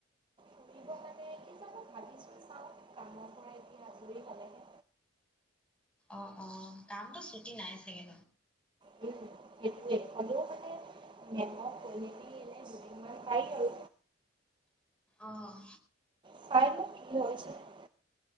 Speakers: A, on the right; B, in the centre.
A: ফুৰিব
B: <unintelligible>
A: মানে কি জানো ভাবিছোঁ চাওঁ কামৰ পৰা এতিয়া আজৰি পালেহে
B: অ', অ', কামটো ছুটি নাই চাগে।
A: সেইটোৱে হ'লেও মানে মেমক কৈ মেলি এনে দুদিনমান পাৰি আৰু
B: অহ।
A: চাই লওঁ কি হয়